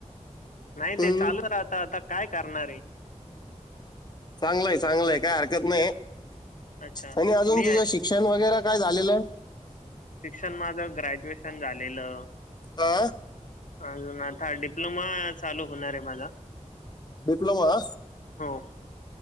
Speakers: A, on the left; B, on the left.
A: नाही
B: हम्म
A: ते चालू राहत आता काय करणार आहे
B: चांगलंय चांगलय काय हरकत नाही
A: अच्छा
B: आणि अजून
A: मी
B: तुझं शिक्षण वगैरे काय झालेलं
A: शिक्षण माझं ग्रॅज्युएशन झालेलं
B: आ!
A: अजून आता डिप्लोमा चालू होणार आहे माझा
B: डिप्लोमा
A: हो